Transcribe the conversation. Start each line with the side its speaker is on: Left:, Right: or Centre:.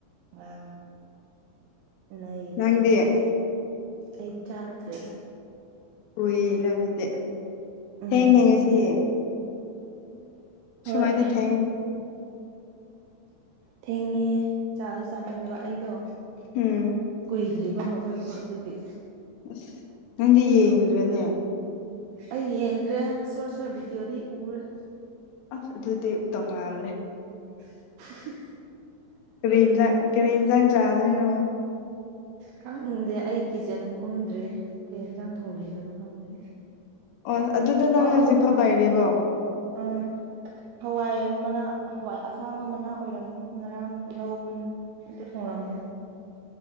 Right: ꯋꯥ ꯅ ꯏꯔ
Left: ꯅꯪꯗꯤ
Right: ꯅꯔ ꯑꯩ ꯆꯥꯗ꯭ꯔꯦ
Left: ꯎꯏꯌꯦꯅ ꯑꯗꯨꯗꯤ
Right: ꯎꯝ
Left: ꯊꯦꯡꯉꯦ ꯉꯁꯤ
Right: ꯍꯣꯏ
Left: ꯁꯃꯥꯏꯅ ꯊꯦꯡ
Right: ꯊꯦꯡꯉꯦ ꯆꯥꯁꯨ ꯆꯥꯅꯤꯡꯗꯕ ꯑꯩꯗꯣ
Left: ꯎꯝ
Right: ꯂꯩꯗ꯭ꯔꯤꯕ ꯍꯧꯒꯠꯄ ꯑꯗꯨꯒꯤ
Left: ꯑꯁ ꯅꯪꯗꯤ ꯌꯦꯡꯗ꯭ꯔꯣꯅꯦ
Right: ꯑꯩ ꯌꯦꯡꯗ꯭ꯔꯦ ꯁꯣꯔꯠ ꯁꯣꯔꯠ ꯚꯤꯗꯤꯑꯣꯗꯤ ꯎꯔꯦ
Left: ꯑꯁ ꯑꯗꯨꯗꯤ ꯇꯣꯡꯉꯥꯜꯂꯦ
Right: <inaudible>
Left: ꯀꯔꯤ ꯌꯦꯟꯁꯥꯡ ꯀꯔꯤ ꯌꯦꯟꯁꯥꯡ ꯆꯥꯗꯣꯏꯅꯣ
Right: ꯈꯪ ꯎꯟꯗꯦ ꯑꯩ ꯀꯤꯆꯟ ꯀꯨꯝꯗ꯭ꯔꯦ ꯀꯩ ꯌꯦꯟꯁꯥꯡ ꯊꯣꯡꯕꯤꯕꯅꯣ ꯈꯗꯦ
Left: ꯑꯣ ꯑꯗꯨꯗ ꯅꯪ
Right: ꯑ
Left: ꯍꯧꯖꯤꯛ
Right: ꯑ ꯑ
Left: ꯐꯥꯎ ꯂꯩꯔꯤꯕꯣ
Right: ꯎꯝ ꯍꯋꯥꯏ ꯃꯅ ꯍꯋꯥꯏ ꯑꯁꯥꯡꯕ ꯃꯅꯥ ꯑꯣꯏꯔꯝꯒꯅꯤ ꯉꯔꯥꯡ ꯂꯧꯕꯅꯤ ꯑꯗꯨꯗ ꯈꯔꯍ